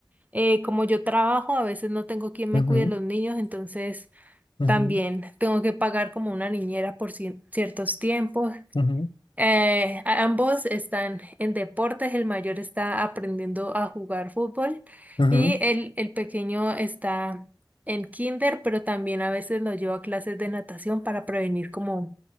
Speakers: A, on the right; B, on the left.
A: eh, como yo trabajo, a veces no tengo quien me
B: Ujú,
A: cuide los niños, entonces
B: ujú,
A: también tengo que pagar como una niñera por cien- ciertos tiempos.
B: ujú,
A: Eh, a- ambos están en deportes, el mayor está aprendiendo a jugar fútbol
B: ujú.
A: y el, el pequeño está en kinder, pero también a veces lo llevo a clases de natación para prevenir como